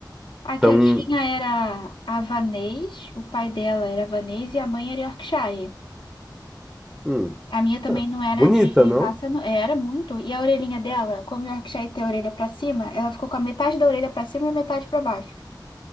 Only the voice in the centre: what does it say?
então,
hum,
ah,
bonita,
não?